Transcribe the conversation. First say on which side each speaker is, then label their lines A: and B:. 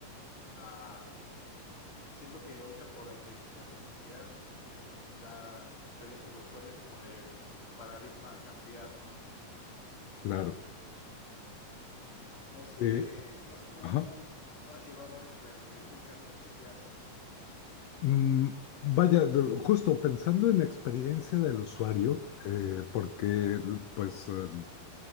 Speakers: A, on the left; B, on the left.
A: ah, siento que ahorita por la inteligencia artificial, mm, la experiencia del usuario es como el paradigma a cambiar, ¿no?
B: Claro.
A: No sé,
B: Eh,
A: si- no sé cómo
B: ajá.
A: tú has llevado a eso de la inteligencia artificial.
B: Mm, vaya, de- justo pensando en experiencia del usuario, eh, porque pues eh,